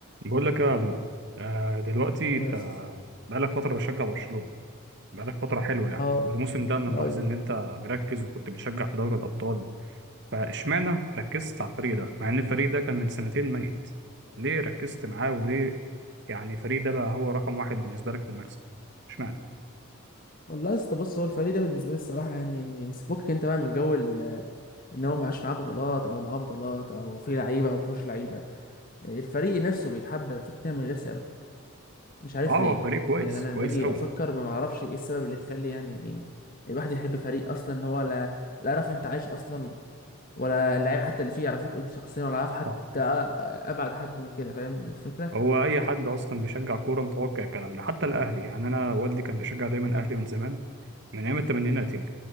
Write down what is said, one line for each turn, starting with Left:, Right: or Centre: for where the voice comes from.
Right: بقول لك يا نور آه، دلوقتي
Left: إيه
Right: انت
Left: يا اسطى
Right: بقالك فتره بشجع برشلونه بقالك فتره حلوه يعني
Left: اه
Right: والموسم ده انا ملاحظ
Left: ايوه
Right: ان انت مركز وكنت بتشجع في دوري الابطال فاشمعنى ركزت على الفريق ده مع ان الفريق ده كان من سنتين ميت ليه ركزت معاه وليه يعني الفريق ده بقى هو رقم واحد بالنسبه لك في المكسب اشمعنى
Left: والله يا اسطى بص هو الفريق ده بالنسبه لي الصراحه يعني سيبك انت بقى من جو ال- ان هو معاش معاه بطولات او معاه بطولات او في لعيبه او مفيهوش لعيبه الفريق نفسه بيتحب على فكره كده من غير سبب مش عارف
Right: اه هو
Left: ليه
Right: فريق كويس
Left: يعني انا لما
Right: كويس
Left: باجي
Right: قوي
Left: افكر ما بعرفش ايه السبب اللي يخلي يعني ايه الواحد يحب فريق اصلا ان هو لا لا يعرف انت عايش اصلا ولا اللعيبه حتى اللي فيه يعرفوك انت شخصيا ولا يعرف حتى
Right: صح
Left: أ- ابعد حد من كده فاهم الفكره
Right: هو اي حد اصلا بيشجع كوره متوقع الكلام ده حتى الاهلي يعني انا والدي كان بيشجع دايما اهلي من زمان من ايام الثمانينات ال-